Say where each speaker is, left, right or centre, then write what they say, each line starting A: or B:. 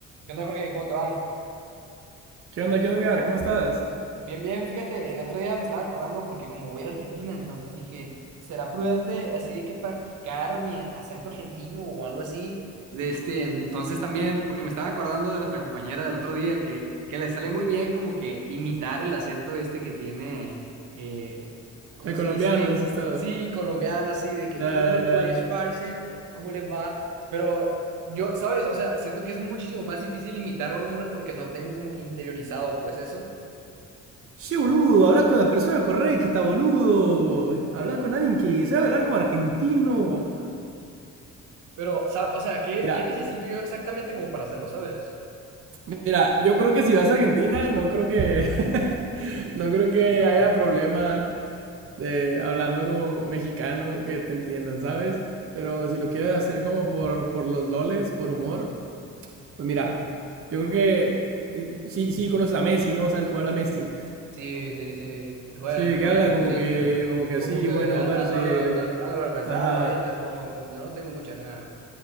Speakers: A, on the right (about 80°); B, on the right (about 45°).
A: ¿Qué onda, Jorge? ¿Cómo te va?
B: ¿Qué onda, qué onda, Edgar? ¿Cómo estás?
A: Bien, bien, fíjate, el otro día me estaba acordando porque como voy a ir a Argentina, entonces dije, ¿será prudente así de que practicar mi a- acento argentino o algo así? De este, en- entonces también, porque me estaba acordando de nuestra compañera del otro día que, que le sale muy bien como que imitar el acento este que tiene, eh, ¿cómo
B: El
A: se
B: colombiano,
A: dice?
B: dices todo.
A: Sí, colombiano, así, de que,
B: Ya,
A: ¿qué hubo
B: ya, ya.
A: pues, parce? ¿Cómo les va? Pero yo, ¿sabes? O sea, siento que es muchísimo más difícil imitar a un hombre porque no tengo como que interiorizado pues eso.
B: Che, boludo, hablas con la persona correcta, boludo. Hablas con alguien que sabe hablar como argentino.
A: Pero, sa- o sea, ¿qué,
B: Mira,
A: qué necesito yo exactamente como para hacerlo, ¿sabes?
B: mira, yo creo que si vas a Argentina, no creo que, <laughs> no creo que haya problema de hablando como mexicano que te entiendan, ¿sabes? Pero si lo quieres hacer como por, por los loles, por humor, pues mira, yo creo que eh, sí, sí conoces a Messi, ¿no? ¿Sabes cómo habla Messi?
A: Sí, sí, sí. Bueno,
B: Sí, que
A: pues,
B: habla como
A: Luisita,
B: que, como que
A: como
B: así,
A: que
B: bueno,
A: ando
B: parce,
A: algo, ando, ando algo cansado
B: ajá,
A: ahorita, no, como que no tengo mucha ganas.